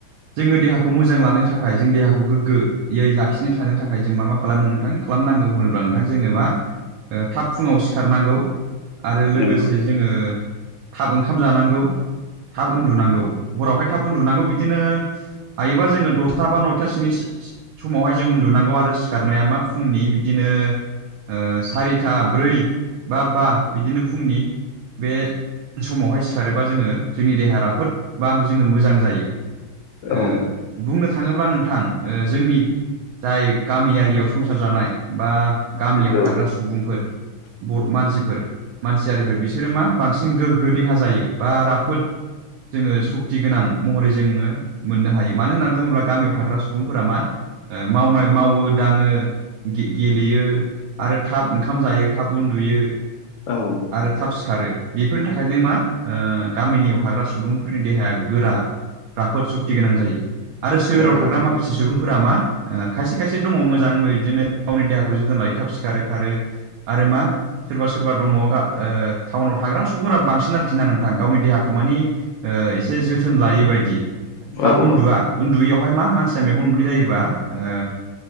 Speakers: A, on the right; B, on the left.
A: जोङो देहाखौ मोजां लानो थाखाय जों देहाखौ खौ गोग्गोयै लाखिनो थानो थाखाय जों मा मा खालामो नोंथां खालामनांगौ होनोब्ला नोंथां जोङो मा थाब फुङाव सिखारनांगौ आरो लोगोसे
B: नंगौ
A: जोङो थाब ओंखाम जानांगौ थाब उन्दुनांगौ हरावहाय थाब उन्दुनांगौ बिदिनो हायोबा जोङो दसथा बा नयथासिनि सि-सि-समावहाय जों उन्दुनांगौ आरो सिखारनाया मा फुंनि बिदिनो उ सारिथा ब्रै बा बा बिदिनो फुंनि बे समावहाय सिखारोबा जोङो जोंनि देहा राफोद बा जोङो मोजां जायो ओ
B: औ
A: बुंनो थाङोब्ला नोंथां उ जोंनि जाय गामिआरियाव संसार जानाय बा गामियाव
B: नंगौ
A: थाग्रा सुबुंफोर बर मानसिफोर मानसि <unintelligible> बिसोरो मा बांसिन गोग्गो देहा जायो बा राफोद जोङो सक्ति गोनां महरै जोङो मोननो हायो मानो होननानै बुङोब्ला गामियाव थाग्रा सुबुंफोरा मा ओ मावनाय मावो दाङो गे गेलेयो आरो थाब ओंखाम जायो थाब उन्दुयो।
B: औ
A: आरो थाब सिखारो बेफोरनि थाखायनो मा ओ गामिनियाव थाग्रा सुबुंफोरनि देहाया गोरा। राफोद सुक्ति गोनां जायो। आरो सोहोराव
B: नंगौ
A: थाग्रा माखासे सुबुंफोरा मा ओ खायसे खायसे दङ मोजांबै बिदिनो गावनि देहाखौ जोथोन लायो थाब सिखारो खारो आरो मा? सोरबा - सोरबा दङ गा ओ टाउनाव थाग्रा सुबुंफोरा बांसिन आरोखि ना नोंथां गावनि देहाखौ मानि ओ इसे जोथोन लायि बायदि। थाब
B: औ
A: उन्दुआ
B: औ
A: उन्दुयैयावहाय मा मानसिया मेगन मोदै जायोबा ओ